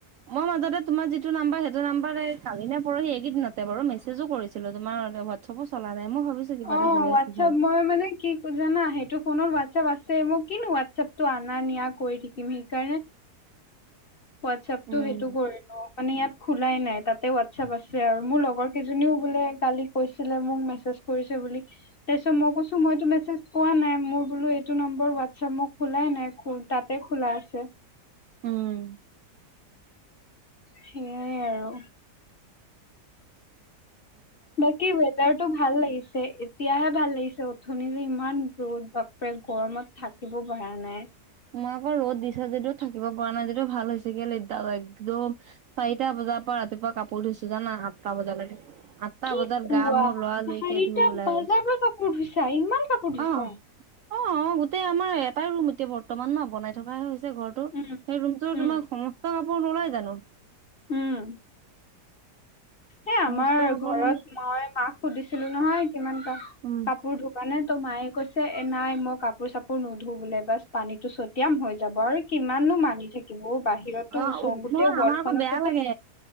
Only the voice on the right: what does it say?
মই মাজতে তোমাৰ যিটো নাম্বাৰ সেইটো নম্বৰতে কালি নে পৰহি এই কেইদিনতে বাৰু মেছেজো কৰিছিলো তোমাৰ হোৱাটছআপ চলা নাই মই ভাবিছো কিবা
এটা হৈ
আছে চাগে
উম,
উম,
মই আকৌ ৰ'দ দিছে যদিও থাকিব পৰা নাই আজি টো ভাল হৈছে কেলে একদম চাৰিটা বজাত- পুৱা পৰা ৰাতিপুৱা কাপোৰ ধুইছো জানা আঠটা বজালৈকে। আঠটা
বজাত
গা, মোৰ লৰা- লৰিকে
ধুই ওলাই
আহিছো
অ অ গোটেই আমাৰ এ এটাই ৰুম এতিয়া বৰ্তমান ন' বনাই থকাহে হৈছে ঘৰটো।
সেই ৰুমটো
তোমাৰ সমস্ত কা কাপোৰ নোলাই জানো।
সমস্ত
কাপোৰ
মানে
উম,
অ
নহয়
আমাৰ আকৌ
বেয়া লাগে